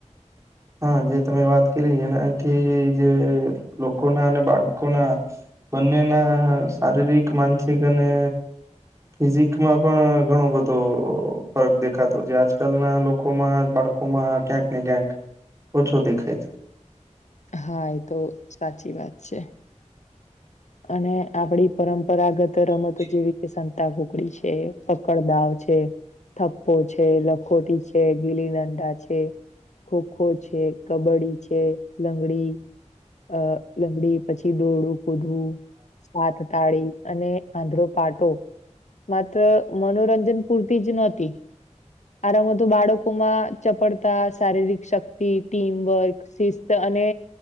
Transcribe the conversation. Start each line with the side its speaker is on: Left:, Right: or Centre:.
Right: હા જે તમે વાત કરી એનાથી જે લોકોના અને બાળકોના. બંનેના શારીરિક માનસિક અને ફિઝિકમાં પણ ઘણો બધો ફરક દેખાતો છે આજકાલના મા બાડકુમા ક્યાંક નને ક્યાંક ઓછો દેખાય છે.
Left: હા એ તો સાચી વાત છે. અને આપડી પરંપરાગત રમતો
Right: છે.
Left: જેવી કે સાતા ઘોગડી છે. છે પકડદાવ છે. થપ્પો છે લખોટી છે ગીલી નંડા છે. ખોખો છે કબડ્ડી છે લંગડી. અ લમડી પછી દોડડું કૂદવું, સાત તાળી. અને આંધળો પાટો, માત્ર મનોરંજન પૂરતી જ નહતી. આરામ તો બાળકો માં ચપડતા શારીરિક શક્તિ ટીમવર્ક. શિસ્ત અને,